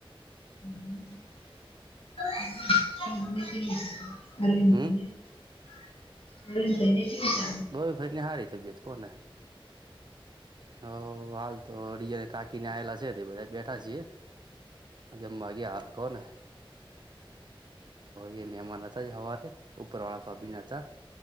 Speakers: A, on the left (about 80°); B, on the right (about 50°).
A: હમ્મ <unintelligible> <inaudible>
B: હમ
A: <unintelligible>
B: ગ ભાઈ ની હારી તબિયત કોને હ હાલ તોડીજને કાકીને આવેલા છે બધા બેઠા છીએ જમવા ગયા હાલ કોણ હૈ હ એ મહેમાન હતા જ હવા ઉપર વાળા ભાભીન હતા,